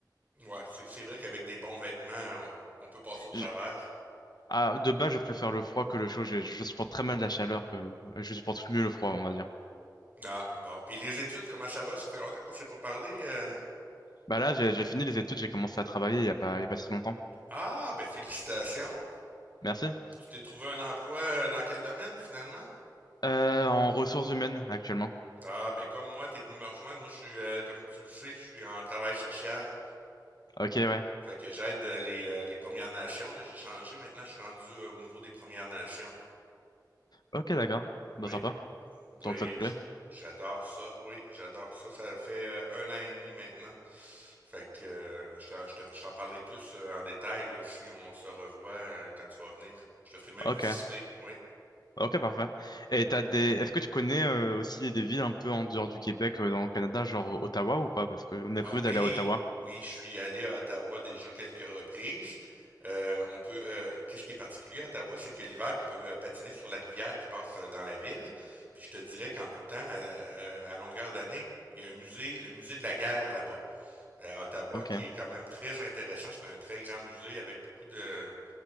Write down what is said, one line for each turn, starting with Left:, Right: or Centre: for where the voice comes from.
Right: Ouais, c'est c'est vrai qu'avec des bons vêtements, on, on peut passer au travers.
Left: Je- ah, de base, je préfère le froid que le chaud, je, je supporte très mal la chaleur, que je supporte mieux le froid, on va dire.
Right: Ah, bon. Puis les études, comment ça va? Ça fait longtemps qu'on s'est pas parlé. euh.
Left: Bah là, j'ai j'ai fini les études, j'ai commencé à travailler il y a pas, il y a pas si longtemps.
Right: Ah, ben félicitations.
Left: Merci.
Right: Tu t'es trouvé un emploi euh, dans quel domaine finalement?
Left: Euh, en ressources humaines actuellement.
Right: Ah, ben comme moi, t'es venu me rejoindre. Moi, je suis, euh, comme tu le sais, je suis en travail social.
Left: Ok, ouais.
Right: Fait que j'aide euh, les, euh, les Premières Nations. Là, j'ai changé. Maintenant, je suis rendu euh, au niveau des Premières Nations.
Left: Ok, d'accord.
Right: Oui,
Left: Bah sympa.
Right: Oui,
Left: Donc ça te plaît.
Right: j- j'adore ça. Oui, j'adore ça. Ça fait euh, un an et demi maintenant. Fait que euh, je t'en je te- je t'en parlerai plus euh, en détail là, si on se revoit euh, quand tu vas venir. Je te ferai même
Left: Ok.
Right: visiter, oui.
Left: Ok, parfait. Et t'as des... Est-ce que tu connais euh, aussi des villes un peu en dehors du Québec, euh, dans le Canada, genre Ottawa ou pas? Parce qu'on a
Right: Ah
Left: prévu
Right: oui,
Left: d'aller à Ottawa.
Right: oui, je suis allé à Ottawa déjà quelques reprises. Euh, on peut, euh, qu'est-ce qui est particulier à Ottawa, c'est que l'hiver, on peut euh, patiner sur la rivière qui passe euh, dans la ville. Puis je te dirais qu'en tout temps, à, la- euh, à longueur d'année, il y a un musée, le musée de la guerre là-bas. Euh, à Ottawa,
Left: Ok.
Right: qui est quand même très intéressant. C'est un très grand musée avec beaucoup de